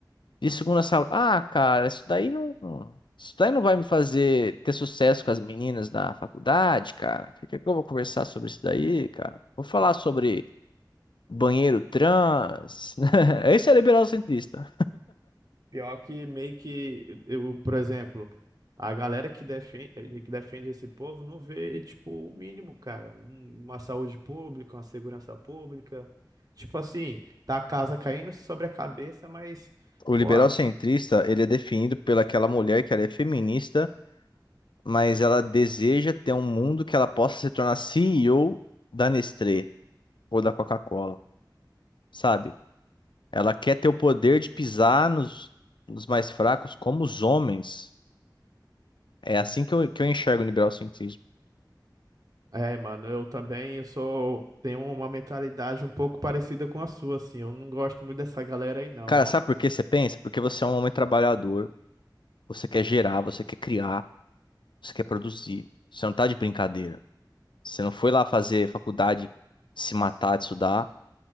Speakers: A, on the left (about 80°); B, on the right (about 50°).
A: de segunda saúde. Ah, cara, isso daí não. Isso daí não vai me fazer ter sucesso com as meninas da faculdade, cara. O que que eu vou conversar sobre isso daí, cara? Vou falar sobre banheiro trans. <laughs> Esse é liberal centrista.
B: Pior que meio que eu, por exemplo, a galera que defende, que defende esse povo não vê, tipo, o mínimo, cara, um- uma saúde pública, uma segurança pública. Tipo assim, tá a casa caindo sobre a cabeça, mas,
A: O liberal
B: pô,
A: centrista, ele é definido pelaquela mulher que ela é feminista, mas ela deseja ter um mundo que ela possa se tornar CEO da Nestlé ou da Coca-Cola, sabe? Ela quer ter o poder de pisar nos, nos mais fracos como os homens. É assim que eu, que eu enxergo o liberal-cientismo.
B: é, mano, eu também, eu sou, tenho uma mentalidade um pouco parecida com a sua, assim, eu não gosto muito dessa galera aí não,
A: Cara,
B: ó.
A: sabe por que você pensa? Porque você é um homem trabalhador, você quer gerar, você quer criar, você quer produzir. Você não tá de brincadeira. Você não foi lá fazer faculdade, se matar, de estudar,